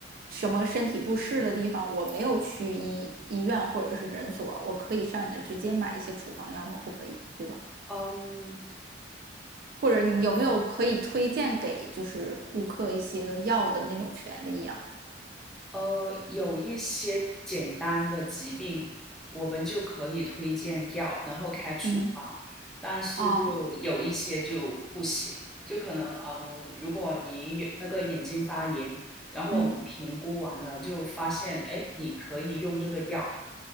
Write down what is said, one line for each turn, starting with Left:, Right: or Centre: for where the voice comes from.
Right: 什么身体不适的地方，我没有去医医院或者是诊所，我可以上你那直接买一些处方药吗？不可以，对吧？
Centre: 嗯
Right: 或者你有没有可以推荐给就是顾客一些个药的那种权利呀？
Centre: 呃，有一些简单的疾病，我们就可以推荐药，然后开处方，
Right: 嗯，
Centre: 但是就有一些就不行，
Right: 哦，
Centre: 就可能嗯，如果你有那个眼睛发炎，然后我们评估完了就发现，
Right: 嗯
Centre: 哎，你可以用这个药，